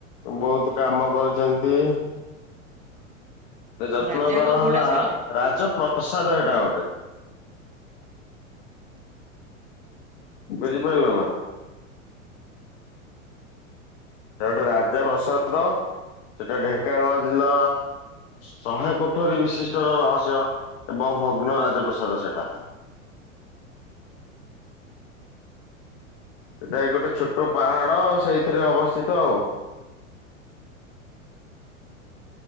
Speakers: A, on the left (about 50°); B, on the right (about 20°).
A: ବହୁତ୍ କାମ କରୁଛନ୍ତି। ଯତ୍ନ
B: ରାଜାଙ୍କ
A: କର
B: ଘୋଡାଶାଳ
A: ହେଲା
B: ଏଟା।
A: ରାଜପ୍ରସାଦ ହେଟା ଗୋଟେ। ବୁଝିପାଇଲ ନା? ହେଟା ଗୋଟେ ରାଜ ପ୍ରସାଦ। ସେଟା ଢ଼େଙ୍କାନାଳ ଜିଲ୍ଲା ଶହେ କୋଠରୀ ବିଶିଷ୍ଟ ର ରହସ୍ୟ। ଏବଂ ଭଗ୍ନ ରାଜପ୍ରସାଦ ସେଟା। ସେଟା ଏ ଗୋଟେ ଛୋଟ ପାହାଡ଼ ସେଇଥିରେ ଅବସ୍ଥିତ ଆଉ।